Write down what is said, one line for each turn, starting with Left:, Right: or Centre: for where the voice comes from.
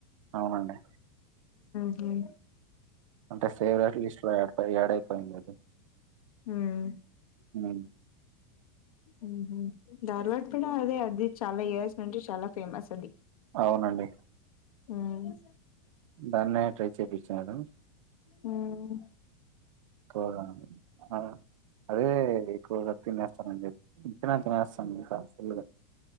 Right: అవునండి
Left: మ్మ్
Right: అంటే ఫేవరేట్ లిస్ట్ లో <unintelligible> ఆడ్ అయిపోయిందండి
Left: మ్మ్
Right: ఉమ్
Left: ఉమ్మ్ ధార్డ్ ఇక్కడ అదే అది చాలా ఇయర్స్ నుంచి చాలా ఫేమస్ అది
Right: అవునండి
Left: మ్మ్
Right: దాన్నే ట్రై చేపిచ్చా మేడమ్
Left: ఉమ్మ్
Right: ఎక్కుగా ఆ అదే ఎక్కువగా తినేస్తానండి తినే తినేస్ సంగీత ఫుల్లుగా